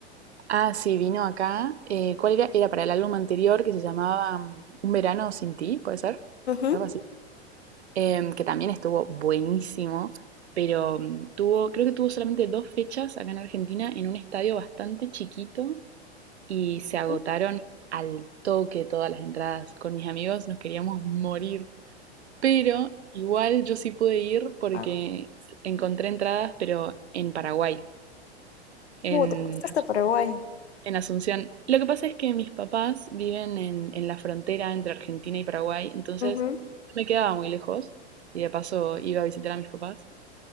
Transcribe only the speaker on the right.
Ah, sí, vino acá. eh, ¿cuál era? Era para el álbum anterior que se llamaba mm, Un verano sin ti, ¿puede ser?
Algo así. em, que también estuvo buenísimo, pero mm, tuvo, creo que tuvo solamente dos fechas acá en Argentina en un estadio bastante chiquito y se agotaron
al toque todas las entradas. Con mis amigos nos queríamos morir, pero igual yo sí pude ir porque
encontré entradas, pero en Paraguay, en
en Asunción. Lo que pasa es que mis papás viven en, en la frontera entre Argentina y Paraguay, entonces
no me quedaba muy lejos y de paso iba a visitar a mis papás.